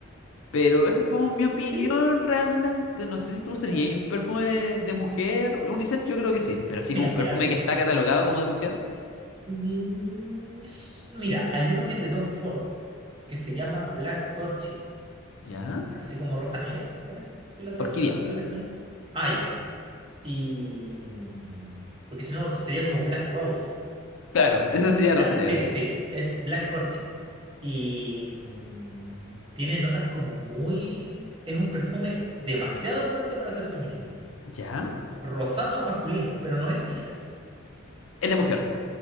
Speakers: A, on the left (about 70°); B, on the right (about 25°).
A: Pero esa es como mi opinión
B: Sí,
A: realmente. No sé si tú usarías
B: no sé.
A: un perfume de, de mujer. Unisex yo creo que sí, pero así
B: Mira,
A: como un perfume
B: mira, de-
A: que está catalogado como de mujer.
B: Mm, mira, hay uno que es de Don Ford que se llama Black Orchid,
A: ¿Ya?
B: así como Rosa Negra, parece, que es la traducción
A: Orquídea.
B: al, al español. Ah, ya. Y mm, porque si no sería como Black Rose.
A: Claro, <laughs> esa sería
B: Ya,
A: raza negra.
B: sí, sí, es Black Orchid. Y mm, tiene notas como muy... Es un perfume demasiado fuerte para ser femenino,
A: ¿Ya?
B: rozando lo masculino, pero no es unisex.
A: Es de mujer.